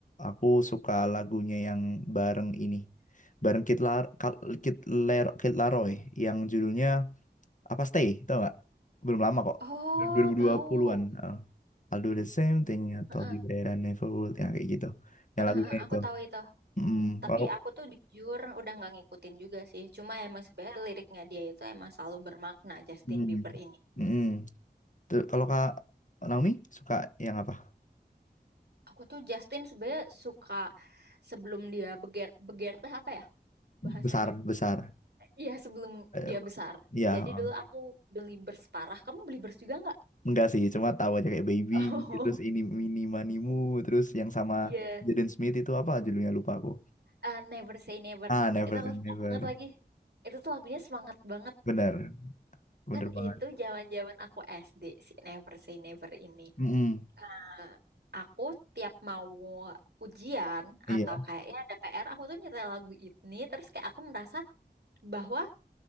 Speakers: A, on the left; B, on the right.
A: Aku suka lagunya yang bareng ini. Bareng Kid Lar Kal- Kid Ler- Kid Laroi yang judulnya apa stay tau nggak belum lama kok
B: Oh,
A: 2020-an
B: tahu.
A: eh. I'll do the same thing atau
B: Heeh,
A: told you that never would yang kayak gitu yang
B: heeh,
A: lagunya
B: heeh, aku
A: itu
B: tahu itu.
A: Mm,
B: Tapi
A: kalau
B: aku tuh jujur udah nggak ngikutin juga sih. Cuma emang sebenarnya liriknya dia itu emang selalu bermakna Justin
A: mm,
B: Bieber ini.
A: mm. Tuh, kalau kak Naomi suka yang apa
B: Aku tuh Justin sebenarnya suka sebelum dia beger beger teh apa ya bahasanya?
A: besar besar
B: Iya, sebelum
A: Eh,
B: dia besar.
A: ya
B: Jadi dulu aku beli bers parah. Kamu beli bers juga nggak?
A: enggak sih cuma tahu aja kayak baby
B: <laughs>
A: terus
B: Oh.
A: ini mini manimu terus yang sama
B: Iya.
A: Jaden Smith itu apa judulnya lupa aku
B: Eh, Never Say Never.
A: ah never
B: Itu aku
A: say
B: suka
A: never
B: banget lagi. Itu tuh lagunya semangat banget.
A: bener bener
B: Kan
A: banget
B: itu zaman-zaman aku SD si Never Say Never ini.
A: Mm-mm.
B: Nah, aku tiap mau ujian
A: iya
B: atau kayaknya ada PR, aku tuh nyetel lagu ini terus kayak aku merasa bahwa